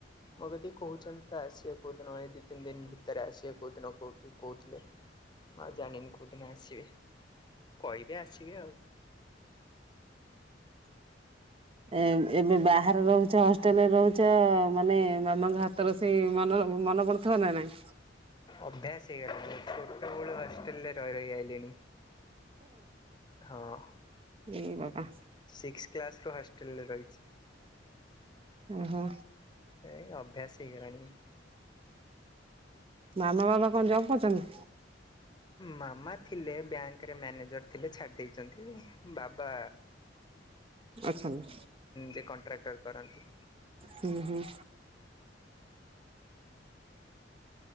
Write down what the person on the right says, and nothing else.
ଏ ଏବେ ବାହାରେ ରହୁଚ ହଷ୍ଟେଲରେ ରହୁଚ ମାନେ ମାମାଙ୍କ ହାତର ସେଇ ମନ ମନ ପଡୁଥିବ ନା ନାଇଁ?
ଏଇ ବାକା
ଓହୋ
ମାମା ବାବା କଣ ଜବ୍ କରୁଚନ୍ତି?
ଅଛନ୍ତି
ହୁଁ ହୁଁ।